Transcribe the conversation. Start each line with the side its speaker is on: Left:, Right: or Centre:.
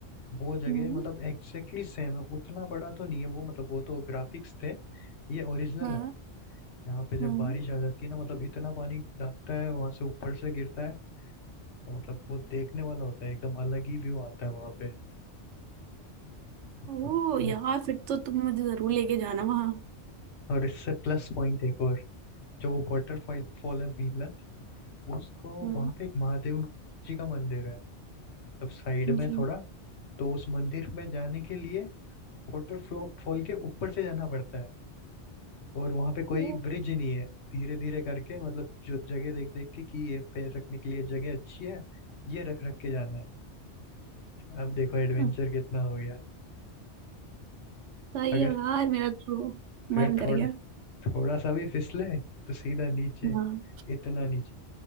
Left: वो जगह
Right: हम्म
Left: मतलब एग्जैक्टली सेम है उतना बड़ा तो नहीं है वो मतलब वो तो ग्राफिक्स थे ये ओरिजिनल
Right: हाँ
Left: है यहाँ पे जब
Right: हाँ
Left: बारिश आ जाती है ना मतलब इतना पानी दागता है वहां से ऊपर से गिरता है तो मतलब वो देखने वाला होता है एकदम अलग ही व्यू आता है वहां पे
Right: ओ
Left: अब-
Right: यार फिर तो तुम मुझे जरूर लेके जाना वहां
Left: और इससे प्लस पॉइंट एक और जो वाटरफॉल फॉल फॉल है भीमलत उसको
Right: हाँ
Left: वहां पे एक महादेव जी का मंदिर है तब साइड में
Right: जी
Left: थोड़ा तो उस मंदिर में जाने के लिए वाटरफॉल फॉल के ऊपर से जाना पड़ता है और वहां पे कोई
Right: ओ,
Left: ब्रिज नहीं है धीरे धीरे करके मतलब जो जगह देख देख के कि ये पैर रखने के लिए जगह अच्छी है ये रख रख के जाना है अब देखो एडवेंचर
Right: अच्छा
Left: कितना हो गया
Right: ही
Left: अगर
Right: है यार मेरा तो मन
Left: अगर
Right: कर
Left: थोड़ा
Right: गया
Left: थोड़ा सा भी फिसले तो सीधा नीचे
Right: हाँ
Left: इतना नीचे